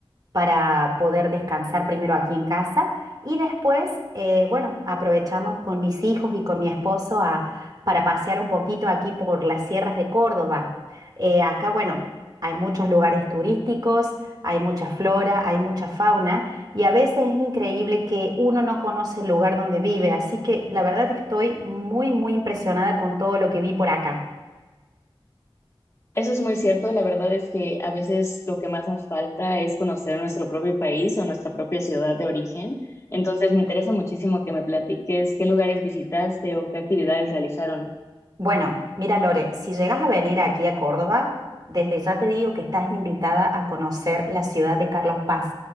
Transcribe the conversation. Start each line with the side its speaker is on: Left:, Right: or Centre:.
Right: para poder descansar primero aquí en casa y después, eh, bueno, aprovechamos con mis hijos y con mi esposo a- para pasear un poquito aquí por las sierras de Córdoba. Eh, acá, bueno, hay muchos lugares turísticos, hay mucha flora, hay mucha fauna. Y a veces es increíble que uno no conoce el lugar donde vive, así que la verdad estoy muy, muy impresionada con todo lo que vi por acá.
Left: Eso es muy cierto, la verdad es que a veces lo que más nos falta es conocer nuestro propio país o nuestra propia ciudad de origen. Entonces me interesa muchísimo que me platiques qué lugares visitaste o qué actividades realizaron.
Right: Bueno, mira Lore, si llegas a venir aquí a Córdoba, desde ya te digo que estás invitada a conocer la ciudad de Carlos Paz.